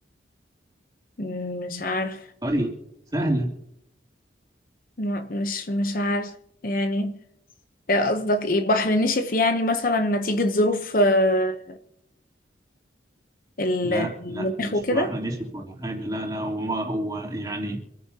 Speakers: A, on the left; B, on the right.
A: مم، مش عارف
B: قري سهل
A: لا، مش مش عارف يعني آه، قصدك ايه بحر نشف يعني مثلا نتيجة ظروف آه، ال-
B: لا
A: المناخ
B: لا مش
A: وكده
B: بحر نشف ولا حاجة لا لا هو هو يعني